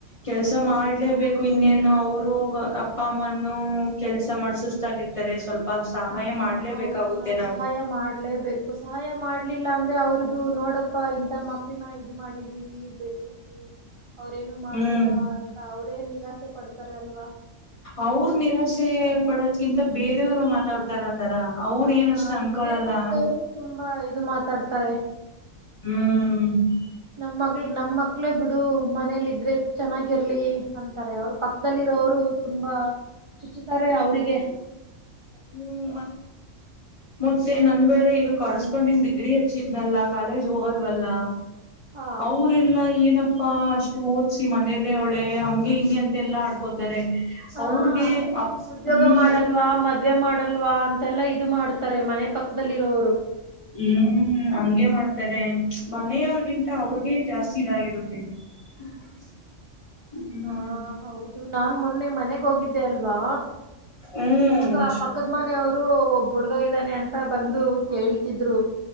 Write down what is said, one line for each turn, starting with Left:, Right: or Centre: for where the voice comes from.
Left: ಕೆಲ್ಸ ಮಾಡ್ಲೇಬೇಕು ಇನ್ನೇನು ಅವರು ಅಪ್ಪ ಅಮ್ಮನು ಕೆಲ್ಸ ಮಾಡಸ <unintelligible> ಸ್ವಲ್ಪ ಸಹಾಯ
Right: ಹ
Left: ಮಾಡ್ಲೇಬೇಕಾಗುತ್ತೆ
Right: ಹೌದು ನಾವು ಸಹಾಯ ಮಾಡ್ಲೇಬೇಕು ಸಹಾಯ ಮಾಡ್ಲಿಲ್ಲ ಅಂದ್ರೆ ಅವ್ರಿಗು ನೋಡಪ್ಪಾ ಇಂತ ಮಕ್ಳನ ಇದು ಮಾಡಿದೀವಿ ಬೆಳಸಿದ್ವಿ ಅವ್ರೇನು ಮಾಡ್ತಿಲ್ಲ
Left: ಹ್ಮ್
Right: ಅಂತ ಅವ್ರೇ ನಿರಾಸೆ ಪಡ್ತಾರೆ ಅಲ್ವಾ
Left: ಅವ್ರ ನಿರಾಶೆ ಪಡೋದಕಿಂತ ಬೇರೆಯವರು ಮಾತಾಡ್ತ ತರ ತರ ಅವ್ರ
Right: ಹ
Left: ಏನ ಅಷ್ಟು ಅನ್ಕೊಳಲ್ಲ
Right: ಮನೆ ಪಕ್ಕದವ್ರು ತುಂಬಾ ಇದು ಮಾತಾಡ್ತಾರೆ
Left: ಹ್ಮ್
Right: ನಮ್ಮ್ ಮ ನಮ್ಮ ಮಕ್ಳೇ ಬಿಡು ಮನೇಲಿ ಇದ್ರೆ ಚೆನ್ನಾಗಿರ್ಲಿ ಅಂತಾರೆ ಅವ್ರ ಪಕ್ಕ ಪಕ್ಕದಲ್ಲಿರೋವರು ತುಂಬಾ ಚುಚ್ಚುತ್ತಾರೆ ಅವರಿಗೆ
Left: ಹ್ಮ್ ಮತ್ತ ಮತ್ತೆ ನಂದ್ ವೇಳೆ ಈಗ ಕಸ್ಪಾಂಡಿಂಗ್ ಡಿಗ್ರಿ ಹಚ್ಚಿದ್ನಲ್ಲ ಕಾಲೇಜ್ ಹೋಗಲ್ವಲ್ಲ
Right: ಹಾ
Left: ಅವರೆಲ್ಲ ಏನಪ್ಪ ಅಪ್ಪಾ ಅಷ್ಟು ಓದ್ಸಿ ಮನೇಲೆ ಅವಳೇ ಹಂಗೆ ಹಿಂಗೆ ಅಂತೆಲ್ಲಾ ಆಡ್ಕೋತಾರೆ.
Right: ಹಾ
Left: ಅವ್ರಿಗೆ ಅ
Right: ಉದ್ಯೋಗ
Left: ಹ್ಮ
Right: ಮಾಡಲ್ವಾ ಮದ್ವೆ ಮಾಡಲ್ವಾ ಅಂತೆಲ್ಲಾ ಇದು ಮಾಡ್ತಾರೆ ಮನೆ ಪಕ್ಕದಲ್ಲಿರೋರು
Left: ಹ್ಮ್ ಹ್ಮ ಅಂಗೆ ಮಾಡ್ತಾರೆ ಮನೆಯವರ್ಗಿಂತ ಅವ್ರಿಗೆ ಜಾಸ್ತಿ ಇದಾಗಿರುತ್ತೆ <unintelligible> ಹ್ಮ್
Right: ಹಾ ಹೌದು ನಾನ್ ಮೊನ್ನೆ ಮನೆಗೆ ಹೋಗಿದ್ದೆ ಅಲ್ವಾ
Left: ಹ್ಮ್
Right: ಅವಾಗ ಆ ಪಕ್ಕದ್. ಮನೆಯವರು ಒಬ್ ಹುಡುಗಾ ಇದನೆ ಅಂತ ಬಂದು ಕೇಳ್ತಿದ್ರು